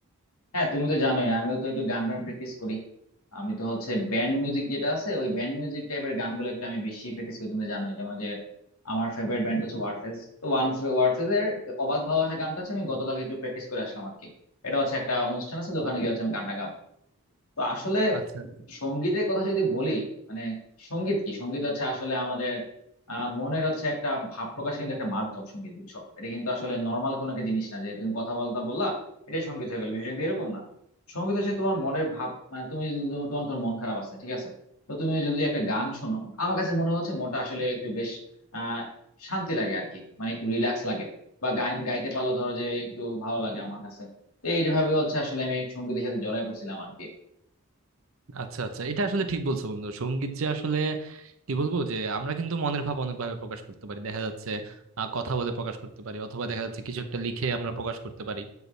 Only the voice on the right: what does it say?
আচ্ছা
আচ্ছা আচ্ছা এটা আসলে ঠিক বলছো বন্ধু সঙ্গীত যে আসলে কি বলবো যে আমরা কিন্তু মনের ভাব অনেকভাবে প্রকাশ করতে পারি দেখা যাচ্ছে আহ, কথা বলে প্রকাশ করতে পারি অথবা দেখা যাচ্ছে কিছু একটা লিখে আমরা প্রকাশ করতে পারি